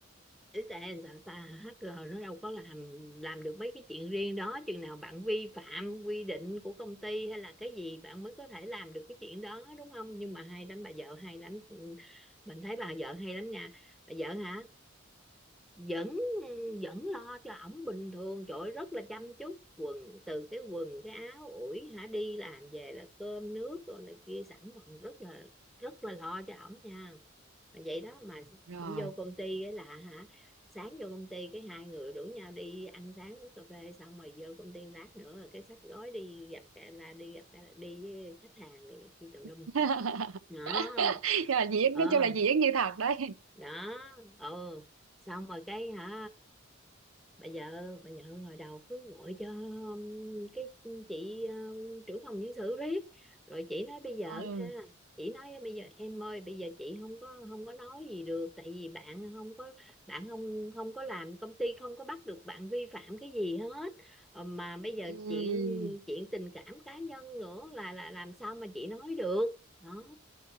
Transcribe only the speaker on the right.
rồi
<laughs>
rồi diễn
nói chung là diễn như thật đấy
<laughs> ừ.
Ừ.